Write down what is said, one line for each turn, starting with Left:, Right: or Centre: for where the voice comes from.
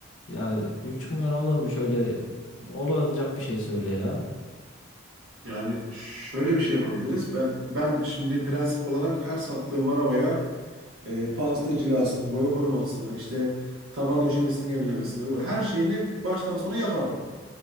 Left: ya bir buçuk milyon olur mu şöyle olacak bir şey söyle ya.
Right: yani şöyle bir şey yapabiliriz. Ben ben şimdi prensip olarak her sattığım arabaya e, pasta cilasını, boya korumasını, işte taban döşemesini yenilemesini, bu her şeyini baştan sona yaparım.